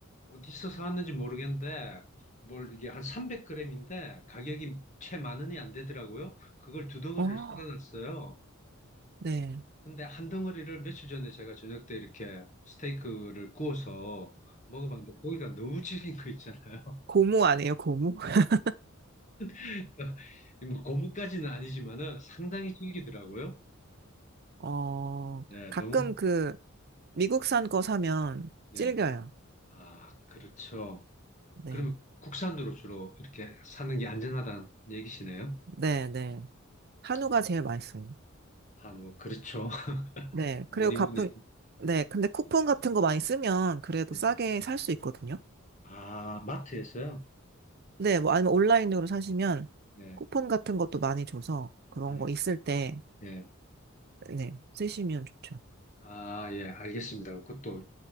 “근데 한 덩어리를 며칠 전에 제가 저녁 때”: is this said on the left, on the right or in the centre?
Left